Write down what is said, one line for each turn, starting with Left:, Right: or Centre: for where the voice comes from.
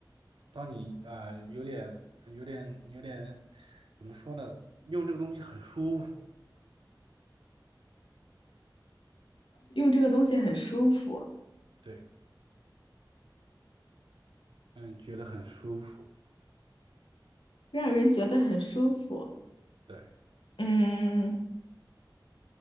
Right: 当你呃有点、有点、有点怎么说呢？用这个东西很舒服，
Left: 用这个东西很舒服。
Right: 对，嗯，觉得很舒服，
Left: 让人觉得很舒服。
Right: 对，
Left: 嗯，